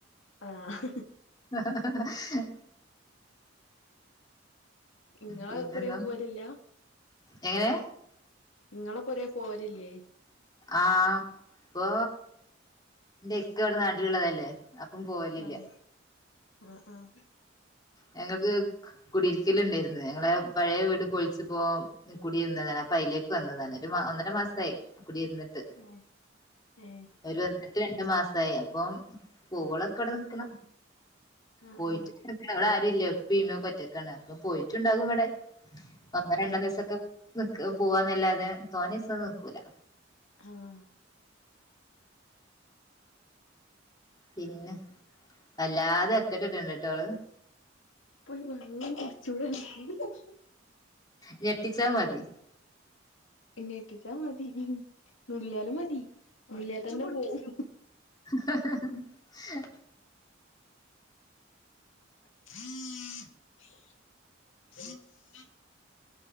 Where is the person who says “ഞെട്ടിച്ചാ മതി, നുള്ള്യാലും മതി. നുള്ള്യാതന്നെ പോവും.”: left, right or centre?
Left